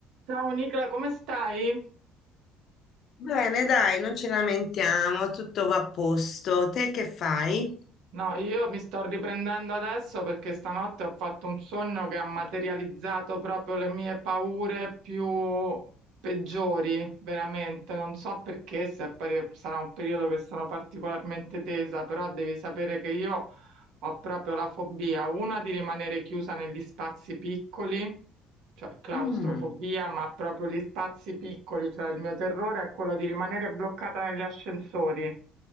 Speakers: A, on the right; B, on the left.
A: Ciao Nicola, come stai?
B: Bene, dai, non ci lamentiamo, tutto va a posto. Te che fai?
A: No, io mi sto riprendendo adesso perché stanotte ho fatto un sogno che ha materializzato proprio le mie paure più peggiori, veramente. Non so perché, se è pari- sarà un periodo che sono particolarmente tesa, però devi sapere che io ho proprio la fobia, una di rimanere chiusa negli spazi piccoli, cioè claustrofobia,
B: Mm.
A: ma proprio gli spazi piccoli, cioè il mio terrore è quello di rimanere bloccata negli ascensori.